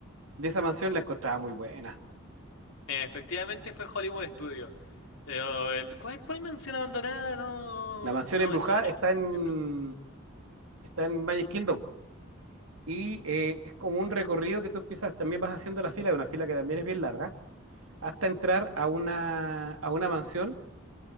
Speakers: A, on the right (about 80°); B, on the left (about 85°).
A: de esa mansión la encontraba muy buena.
B: Efectivamente fue Hollywood Studio. Pero el, ¿cuál, cuál mansión abandonada? No,
A: La mansión
B: no
A: embrujada
B: me suena.
A: está en,
B: Ya, pero-
A: está en Magic Kingdom y eh, es como un recorrido que tú empiezas, también vas haciendo la fila, una fila que también es bien larga, hasta entrar a una, a una mansión